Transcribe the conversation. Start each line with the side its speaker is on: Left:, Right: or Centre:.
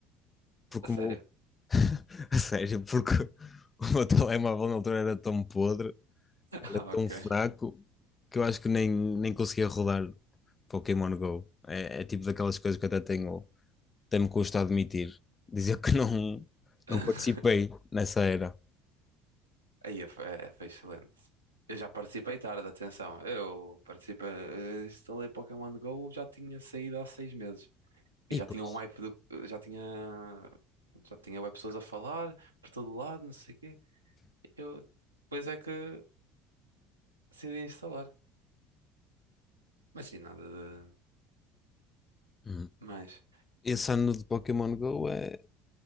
Left: Porque
Right: A sério?
Left: o meu,
Right: <laughs>
Left: <laughs> a sério, porque <laughs> o meu telemóvel na altura era tão podre,
Right: Ah,
Left: era tão
Right: ok.
Left: fraco, que eu acho que nem, nem conseguia rodar Pokémon Go. É, é tipo daquelas coisas que eu até tenho. até me custa admitir, dizer que não,
Right: <laughs>
Left: não participei nessa era.
Right: Aí foi, é, foi excelente. Eu já participei tarde, atenção. Eu participei, eh, instalei Pokémon Go, já tinha saído há seis meses. E já
Left: E
Right: tinha
Left: pois,
Right: um hype do, já tinha, já tinha web pessoas a falar por todo lado, não sei o quê. Eu depois é que decidi instalar. Mas sim, nada de
Left: hum,
Right: mais.
Left: esse ano de Pokémon Go é,